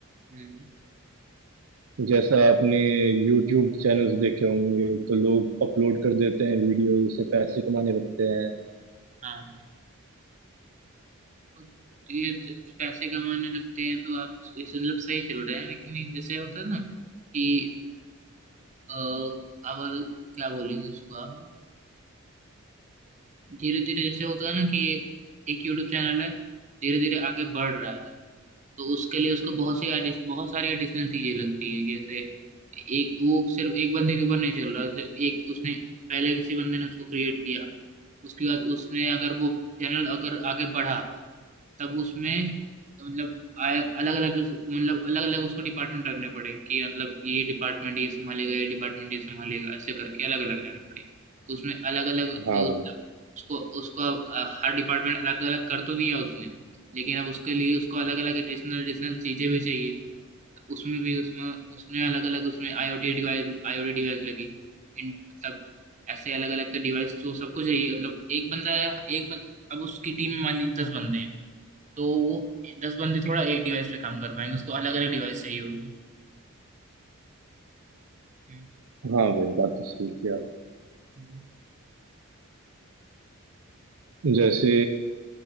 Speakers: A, on the right; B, on the right.
A: हम्म,
B: जैसा आपने यूट्यूब चैनल्स देखे होंगे तो लोग अपलोड कर देते हैं वीडियो से पैसे कमाने लगते हैं
A: हाँ तो ये ज- पैसे कमाने लगते हैं तो आप इस मतलब सही चल रहे हैं लेकिन ये जैसे होता है ना कि अ, अगर क्या बोलेंगे उसको आप धीरे धीरे जैसे होता है ना कि एक यूट्यूब चैनल है धीरे धीरे आगे बढ़ रहा है तो उसके लिए उसको बहुत सी एडिश- बहुत सारी एडिशनल चीजें लगती है जैसे एक वो सिर्फ एक बंदे के ऊपर नहीं चल रहा सिर्फ एक उसने पहले किसी बंदे ने उसको क्रिएट किया उसके बाद उसने अगर वो चैनल अगर आगे बढ़ा तब उसमें मतलब अलग अलग मतलब अलग अलग उसको डिपार्टमेंट रखने पड़े कि मतलब ये डिपार्टमेंट ये संभालेगा ये डिपार्टमेंट ये संभालेगा ऐसे करके अलग अलग रहने पड़े उसमें अलग अलग
B: हाँ
A: तो
B: भाई
A: उसको उसको अ, हर डिपार्टमेंट अलग अलग कर तो दिया उसने लेकिन अब उसके लिए उसको अलग अलग एडिशनल एडिशनल चीजें भी चाहिए उसमें भी उसमें उसमें अलग अलग उसमें आईओटी डिवाइस आईओटी डिवाइस लगी इन मतलब ऐसे अलग अलग तो डिवाइस तो सबको चाहिए मतलब एक बंदा है एक बन, अब उसकी टीम में मान लीजिए दस बंदे हैं तो वो दस बंदे थोड़ा एक डिवाइस पे काम कर पाएंगे उसको अलग अलग डिवाइस चाहिए होगी हम्म,
B: हाँ भाई बात तो सही किया
A: हम्म,
B: जैसे